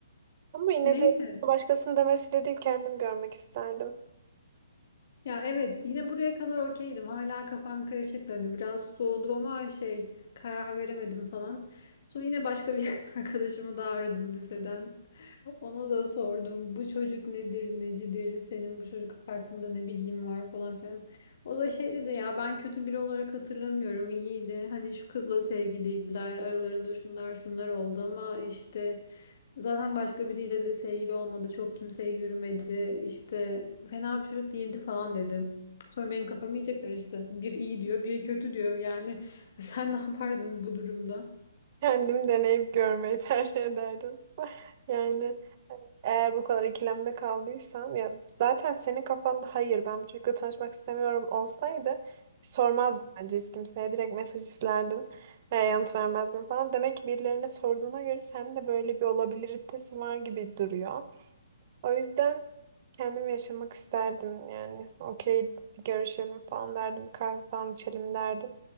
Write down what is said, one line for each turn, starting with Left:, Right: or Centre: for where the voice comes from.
Right: Ama yine
Left: Neyse
Right: de başkasının demesiyle değil kendim görmek isterdim.
Left: Ya evet yine buraya kadar okeydim. Hala kafam karışıktı. Hani biraz soğudum ama şey karar veremedim falan. Sonra yine başka bir <laughs> arkadaşımı daha aradım liseden. Ona da sordum bu çocuk nedir necidir senin bu çocuk hakkında ne bilgin var falan filan. O da şey dedi ya ben kötü biri olarak hatırlamıyorum iyiydi. Hani şu kızla sevgiliydiler aralarında şunlar şunlar oldu ama işte Zaten başka biriyle de sevgili olmadı. Çok kimseye yürümedi. İşte fena bir çocuk değildi falan dedim. Sonra benim kafam iyice karıştı. Biri iyi diyor, biri kötü diyor. Yani <laughs> sen ne yapardın bu durumda?
Right: Kendim deneyip görmeyi tercih ederdim. <laughs> Yani hani, eğer bu kadar ikilemde kaldıysam ya zaten senin kafanda hayır ben bu çocukla tanışmak istemiyorum olsaydı sormazdım bence hiç kimseye direkt mesaj isterdin e, yanıt vermezdin falan. Demek ki birilerine sorduğuna göre sende de böyle bir olabiliritesi var gibi duruyor. O yüzden Kendim yaşamak isterdim yani. Okey bir görüşelim falan derdim. Bir Kahve falan içelim derdim.